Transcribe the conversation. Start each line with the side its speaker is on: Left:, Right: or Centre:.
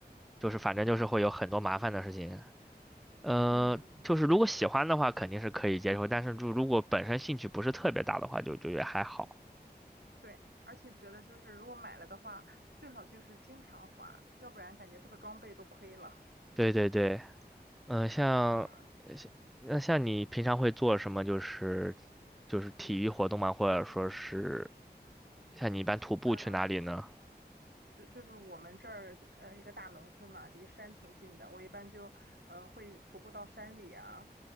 Centre: 就是反正就是会有很多麻烦的事情。嗯，
Right: 嗯，
Centre: 就是如果喜欢的话肯定是可以接受，
Right: 是，
Centre: 但是就如果本身兴趣不是特别大的话，就就也还好。
Right: 对，而且觉得就是如果买了的话，最好就是经常花，要不然感觉这个装备都亏了。
Centre: 对对对，嗯、像像那像你平常会做什么？
Right: 嗯
Centre: 就是就是体育活动吗？或者说是像你一般徒步去哪里呢？
Right: 嗯，就就是我们这儿呃一个大农村嘛，离山挺近的，我一般就呃会徒步到山里啊，